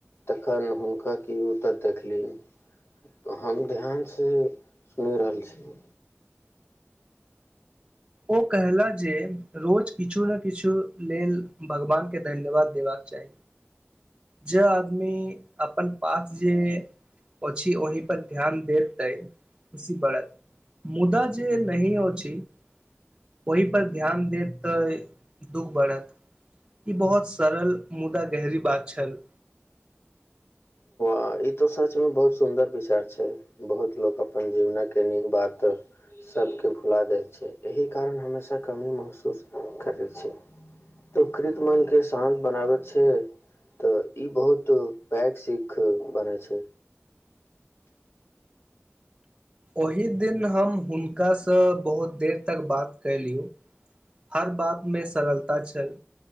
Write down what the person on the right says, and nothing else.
ओ कहलाह जे रोज किछु ने किछु लेल भगवानकेँ धन्यवाद देबाक चाही जे आदमी अपन पास जे अछि छै औहि पर ध्यान देत तै खुशी बढ़त मुदा जे नही अछि छै ओहि पर ध्यान देत तै दुःख बढ़त ई बहुत सरल मुदा गहरी बात पछल
ओहि दिन हम हुनकासँ बहुत देर तक बात कयलियौ हर बात मे सरलता छल